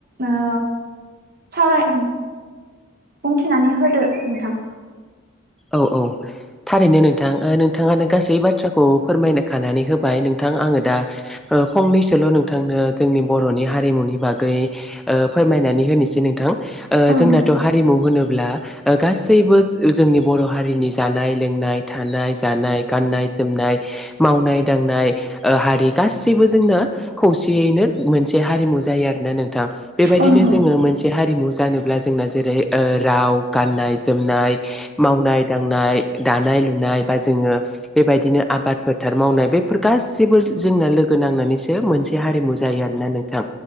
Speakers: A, on the right; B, in the centre.
A: ओ सावराय उम बुंथिनानै होदो नोंथां।
B: औ औ। थारैनो नोंथां। ओ नोंथाङानो गासै बाथ्राखौ फोरमायनो खानानै होबाय। नोंथां आङो दा ओ फंनैसोल' नोंथांनो जोंनि बर'नि हारिमुनि बागै ओ फोरमायनानै होनिसै नोंथां। ओ
A: औ नोंथां
B: जोंनाथ' हारिमु होनोब्ला गासैबो जोंनि बर' हारिनि जानाय लोंनाय थानाय जानाय गाननाय जोमनाय मावनाय दांनाय ओ हारि गासिबो जोंना खौसेयैनो मोनसे हारिमु जायो आरोना नोंथां। बेबायदिनो
A: औ नंगौ
B: जोङो मोनस से हारिमु जानोब्ला जोंना जेरै ओ राव गाननाय जोमनाय मावनाय दांनाय दानाय लुनाय बा जोङो बेबायदिनो आबाद फोथार मावनाय बेफोर गासैबो जोंना लोगो नांनानैसो मोनस से हारिमु जायो आरोना नोंथां।